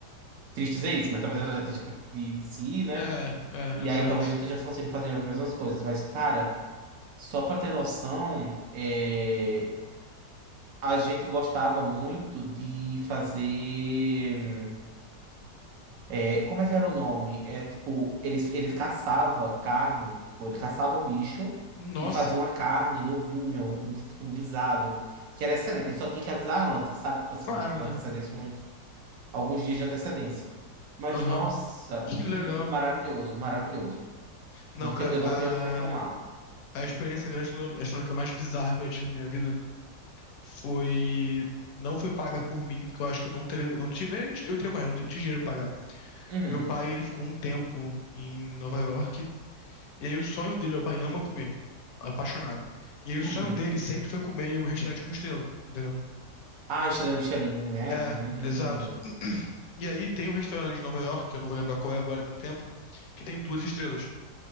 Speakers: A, on the right (about 70°); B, on the left (about 70°).
A: triste dizer isso, mas talvez ela já esteja perto de, de se ir, né?
B: É, é,
A: E
B: exato.
A: aí talvez não esteja conseguindo fazer as mesmas coisas. Mas, cara. Só para ter noção, é, a gente gostava muito de fazer. é, como é que era o nome? É tipo, ele, ele caçava carne, tipo, ele caçava um bicho
B: Nossa,
A: e fazia uma carne no vinho, um, gui- tipo, um guisado, que era excelente. Ele só tinha que avisar antes, sabe? Tipo assim,
B: claro,
A: com
B: né?
A: antecedência, uns, alguns dias de antecedência. Mas
B: Aham.
A: nossa,
B: Que
A: hum,
B: legal.
A: maravilhoso, maravilhoso.
B: Não,
A: Não
B: cara,
A: te- eu não tenho o que reclamar.
B: a, a experiência gastronômica gastronômica mais bizarra que eu tive na minha vida foi. Não foi paga por mim, porque eu acho que eu não teria. Não tinha, nem eu teria coragem, eu não tinha dinheiro pra pagar.
A: Uhum,
B: Meu pai, ele ficou um tempo em Nova York E aí o sonho dele, meu pai ama comer, apaixonado. E aí o
A: uhum.
B: sonho dele sempre foi comer em um restaurante com estrela, entendeu?
A: Ah, estrela Michelin, né?
B: É,
A: Hum.
B: exato. <clears throat> E aí tem um restaurante em Nova York, que eu não vou lembrar qual é agora, tem um tempo, que tem duas estrelas.